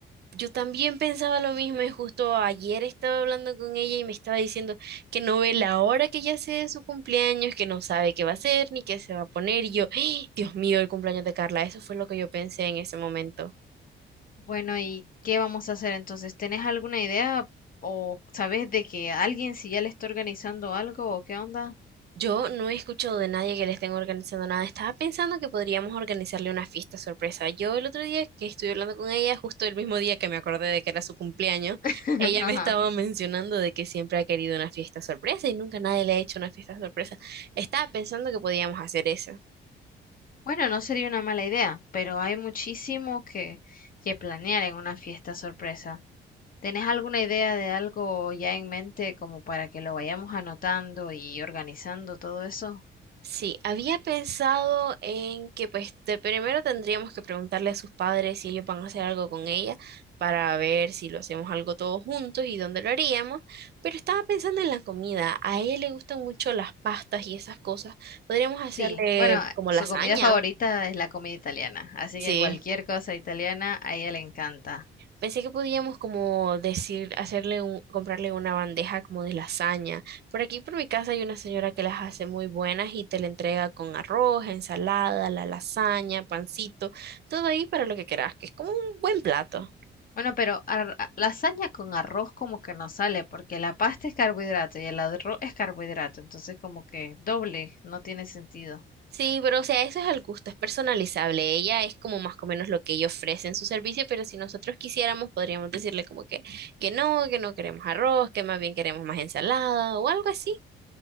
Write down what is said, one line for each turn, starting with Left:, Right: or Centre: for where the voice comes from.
Right: Yo también pensaba lo mismo y justo ayer estaba hablando con ella y me estaba diciendo que no ve la hora que ya sea de su cumpleaños, que no sabe qué va a hacer ni qué se va a poner. Y yo, ¡ay! Dios mío, el cumpleaños de Carla, eso fue lo que yo pensé en ese momento.
Left: Bueno, ¿y qué vamos a hacer entonces? ¿Tenés alguna idea o sabés de que alguien si ya le está organizando algo o qué onda?
Right: Yo no he escuchado de nadie que le estén organizando nada. Estaba pensando que podríamos organizarle una fiesta sorpresa. Yo el otro día que estuve hablando con ella, justo el mismo día que me acordé de que era su cumpleaños,
Left: <laughs>
Right: ella me
Left: Ajá.
Right: estaba mencionando de que siempre ha querido una fiesta sorpresa y nunca nadie le ha hecho una fiesta sorpresa. Estaba pensando que podíamos hacer eso.
Left: Bueno, no sería una mala idea, pero hay muchísimo que, que planear en una fiesta sorpresa. ¿Tenés alguna idea de algo ya en mente como para que lo vayamos anotando y organizando todo eso?
Right: Sí, había pensado en que pues de primero tendríamos que preguntarle a sus padres si ellos van a hacer algo con ella para ver si lo hacemos algo todos juntos y dónde lo haríamos, pero estaba pensando en la comida. A ella le gustan mucho las pastas y esas cosas. Podríamos hacerle
Left: Sí, bueno,
Right: como
Left: su
Right: lasaña.
Left: comida favorita es la comida italiana, así
Right: Sí.
Left: que cualquier cosa italiana a ella le encanta.
Right: Pensé que podíamos como decir, hacerle un, comprarle una bandeja como de lasaña. Por aquí por mi casa hay una señora que las hace muy buenas y te la entrega con arroz, ensalada, la lasaña, pancito, todo ahí para lo que quieras, que es como un buen plato.
Left: Bueno, pero ar- a- lasaña con arroz como que no sale, porque la pasta es carbohidrato y el arroz es carbohidrato, entonces como que doble, no tiene sentido.
Right: Sí, pero o sea, eso es al gusto, es personalizable. Ella es como más o menos lo que ella ofrece en su servicio, pero si nosotros quisiéramos, podríamos decirle como que, que no, que no queremos arroz, que más bien queremos más ensalada o algo así.